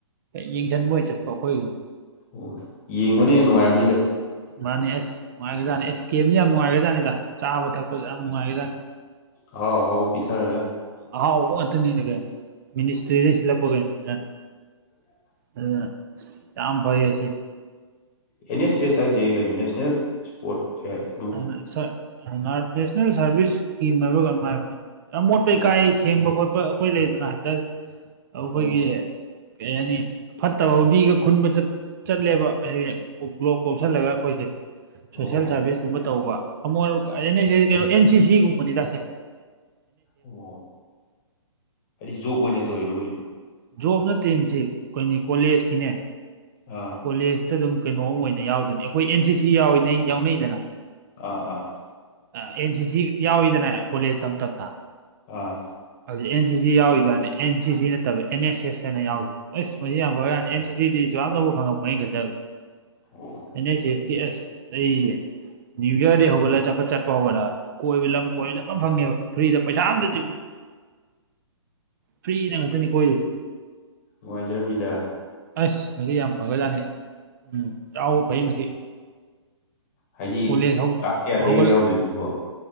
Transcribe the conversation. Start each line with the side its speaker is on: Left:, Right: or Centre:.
Right: ꯌꯦꯡꯖꯟꯕ ꯑꯣꯏꯟ ꯆꯠꯄ ꯑꯈꯣꯏꯒꯤ
Left: ꯑꯣ ꯌꯦꯡꯕꯅ ꯍꯦꯟ ꯅꯨꯡꯉꯥꯏꯔꯝꯅꯤꯗ
Right: ꯃꯥꯅꯦ ꯑꯁ ꯅꯨꯡꯉꯥꯏꯒ꯭ꯔꯖꯥꯠꯅꯦ ꯑꯦꯁ ꯀꯦꯝꯗꯤ ꯌꯥꯝ ꯅꯨꯡꯉꯥꯏꯒ꯭ꯔꯖꯥꯅꯤꯗ ꯆꯥꯕ ꯊꯛꯄꯖꯨ ꯌꯥꯝ ꯅꯨꯡꯉꯥꯏꯒ꯭ꯔꯖꯥꯠꯅꯤ
Left: ꯑꯍꯥꯎ ꯑꯍꯥꯎꯕ ꯄꯤꯊꯔꯒ
Right: ꯑꯍꯥꯎ ꯉꯥꯛꯇꯅꯤꯅꯦ ꯀꯩꯅꯣ ꯃꯤꯅꯤꯁꯇ꯭ꯔꯤꯗꯩ ꯁꯤꯜꯂꯛꯄ ꯀꯩꯅꯣꯅꯤꯅꯦ
Left: <inaudible>
Right: ꯑꯗꯨꯅ ꯌꯥꯝ ꯐꯩꯌꯦ ꯑꯦꯁꯤ
Left: ꯑꯦꯟꯅꯦꯁ ꯑꯦꯁ ꯍꯥꯏ ꯖꯤ ꯀꯩꯅꯣ ꯅꯦꯁꯅꯦꯜ ꯁ꯭ꯄꯣꯔꯠ ꯑꯦꯛ
Right: <unintelligible> ꯁꯔ ꯑꯦꯃꯥꯔꯠ ꯅꯦꯁꯅꯦꯜ ꯁꯥꯔꯚꯤꯁ ꯀꯤꯝ ꯃꯔꯨꯑꯣꯏꯕ ꯑꯝ ꯍꯥꯏꯕꯅꯦꯃꯤ ꯑꯃꯣꯠꯄ
Left: ꯑꯣ
Right: ꯏꯀꯥꯏ ꯁꯦꯡꯕ ꯈꯣꯠꯄ ꯑꯈꯣꯏ ꯂꯩꯗꯅ ꯍꯟꯗꯛ ꯑꯈꯣꯏꯒꯤ
Left: ꯑꯣ
Right: ꯀꯩ ꯍꯥꯏꯅꯤ ꯐꯠꯇꯕ ꯍꯥꯎꯗꯤꯒ ꯈꯨꯟꯕ ꯆꯠ ꯆꯠꯂꯦꯕ <unintelligible> ꯀꯣꯏꯁꯜꯂꯒ ꯑꯩꯈꯣꯏꯖꯦ
Left: ꯑꯣ
Right: ꯁꯣꯁꯦꯜ
Left: ꯑꯣ
Right: ꯁꯥꯔꯚꯤꯁꯒꯨꯝꯕ ꯇꯧꯕ ꯑꯃꯨꯛ ꯀꯩꯅꯣ ꯑꯦꯟ ꯁꯤ ꯁꯤꯒꯨꯝꯕꯅꯤꯗ ꯍꯥꯏꯖꯦ
Left: ꯑꯣ ꯍꯥꯏꯗꯤ ꯖꯣꯕ ꯑꯣꯏꯅ ꯇꯧꯔꯤꯔ ꯀꯩꯅꯣ
Right: ꯖꯣꯕ ꯅꯠꯇꯦ ꯃꯁꯤ ꯑꯩꯈꯣꯏꯅꯤ ꯀꯣꯂꯦꯖꯀꯤꯅꯦ
Left: ꯑꯥ
Right: ꯀꯣꯂꯦꯖꯇ ꯑꯗꯨꯝ ꯀꯩꯅꯣꯝ ꯑꯣꯏꯅ ꯌꯥꯎꯗꯅꯤ ꯑꯩꯈꯣꯏ ꯑꯦꯟ ꯁꯤ ꯁꯤ ꯌꯥꯎꯔꯤ ꯌꯥꯎꯅꯩꯗꯅ
Left: ꯑ ꯑꯥ
Right: ꯑꯦꯟ ꯁꯤ ꯁꯤ ꯌꯥꯎꯋꯤꯗꯅ ꯀꯣꯂꯦꯖ ꯇꯝ ꯇꯝꯅ
Left: ꯑꯥ
Right: ꯑꯗꯨꯗꯤ ꯑꯦꯟ ꯁꯤꯁꯤ ꯌꯥꯎꯔꯤ ꯑꯗꯨꯅꯦ ꯑꯦꯟ ꯁꯤ ꯁꯤ ꯅꯠꯇꯕ ꯑꯦꯟ ꯑꯦꯁ ꯑꯦꯁ ꯍꯥꯏꯅ ꯌꯥꯎꯗꯕ ꯑꯁ ꯃꯁꯤ ꯌꯥꯝ ꯐꯔꯥꯖꯅꯤ ꯑꯦꯟ ꯁꯤꯁꯤꯗꯤ ꯖꯥꯝꯅꯕꯨ ꯐꯪꯉꯃꯣꯏ ꯑꯩꯅ ꯈꯟꯖꯕ
Left: ꯑꯣ
Right: ꯑꯦꯟ ꯑꯦꯟ ꯑꯦꯁꯇꯤ ꯑꯩ ꯅꯨꯏ ꯌꯔ ꯗꯩ ꯍꯧꯒꯠꯂ ꯆꯠ ꯆꯠꯄ ꯍꯧꯒꯠꯂꯃꯦ ꯀꯣꯏꯕ ꯂꯝ ꯀꯣꯏꯕꯗ ꯑꯃ ꯐꯪꯉꯦꯕ ꯐ꯭ꯔꯤꯗ ꯄꯩꯁꯥ ꯑꯝꯇ ꯇꯤꯡꯉꯣꯏ ꯐ꯭ꯔꯤꯗ ꯉꯥꯛꯇꯅꯤ ꯀꯣꯏꯗꯨꯏꯁꯦ
Left: ꯅꯨꯡꯉꯥꯏꯖꯔꯝꯃꯤꯗ
Right: ꯑꯁ ꯃꯁꯤ ꯌꯥꯝ ꯐꯒ꯭ꯔꯖꯥꯠꯅꯤ ꯎꯝ ꯆꯥꯍꯧꯕ ꯐꯩ ꯃꯁꯤ
Left: ꯍꯥꯏꯗꯤ
Right: ꯀꯣꯂꯦꯖ ꯍꯧ
Left: ꯀ꯭ꯂꯥꯁ ꯀꯌꯥꯗꯩꯒ
Right: ꯍꯧꯒꯠ
Left: ꯌꯥꯎꯗꯣꯏꯅꯣ ꯑꯗꯨꯕꯣ